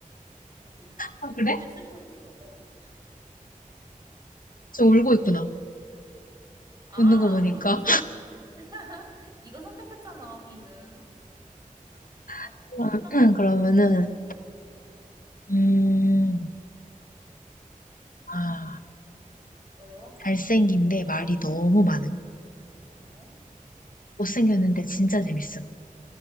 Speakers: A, on the right; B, on the left.
A: 울기.
B: 아, 그래?
A: 갑자기 슬퍼졌어. 어.
B: 저 울고 있구나.
A: 아,
B: 웃는 거 보니까.
A: 그러다 지금 울고. <laughs> 네가 선택했잖아, B는. 알았어.
B: <laughs>
A: 또딴 거 해봐.
B: 그러면은
A: 음.
B: 음, 아,
A: 어려워?
B: 잘생긴데 말이 너무 많음.
A: 어.
B: 못생겼는데 진짜 재밌음.